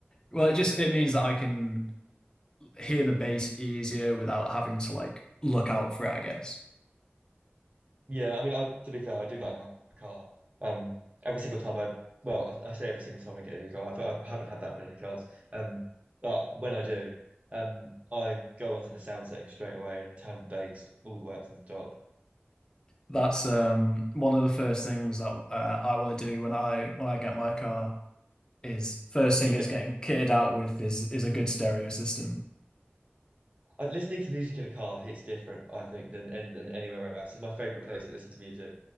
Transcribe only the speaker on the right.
Yeah, I mean, I to be fair, I do like my car. Um, every single time I, well, I, I say every single time I get a new car, I've, I haven't had that many cars. Um, but when I do, um, I go onto the sound setting straight away and turn the bass all the way up to the top. <laughs>
Yeah,
I- listening to music in a car hits different, I think, than than, than anywhere else. It's my favorite place to listen to music.